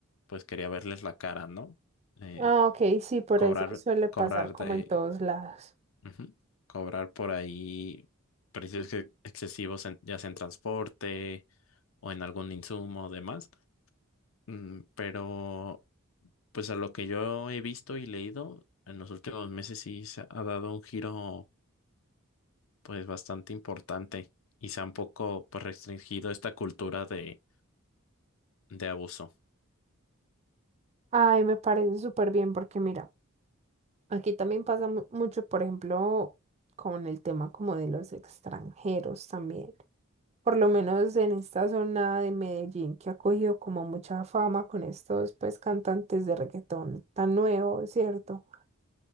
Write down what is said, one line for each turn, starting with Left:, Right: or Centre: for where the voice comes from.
Left: pues quería verles la cara, ¿no? Eh,
Right: Ah, ok, sí, por
Left: cobrar,
Right: eso suele pasar
Left: cobrar
Right: como
Left: de,
Right: en todos lados.
Left: ujú, cobrar por ahí precios ex- excesivos, en- ya sea en transporte o en algún insumo o demás. Mm, pero, pues a lo que yo he visto y leído, en los últimos meses sí se ha dado un giro, pues bastante importante y se ha un poco, pues, restringido esta cultura de, de abuso.
Right: Ay, me parece súper bien porque mira, aquí también pasa mu- mucho, por ejemplo, con el tema como de los extranjeros también. por lo menos en esta zona de Medellín que ha cogido como mucha fama con estos pues cantantes de reggaetón tan nuevos, ¿cierto?